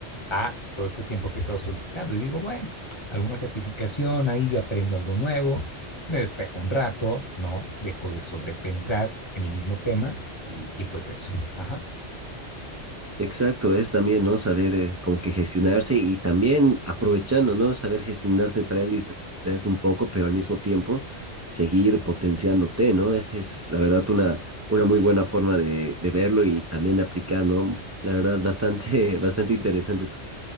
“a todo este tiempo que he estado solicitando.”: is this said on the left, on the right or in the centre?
Left